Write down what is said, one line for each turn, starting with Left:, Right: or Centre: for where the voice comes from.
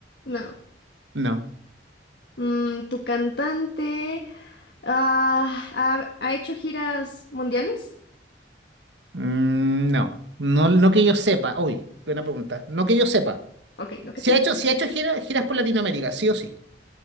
Left: No.
Right: No,
Left: Mm, ¿tu cantante ah, ha, ha hecho giras mundiales?
Right: Mm, no, no, no que yo sepa. Uy, buena pregunta. No que yo sepa.
Left: Ok, no que
Right: Si
Left: tú.
Right: ha hecho, si ha hecho gira- giras por Latinoamérica, sí o sí.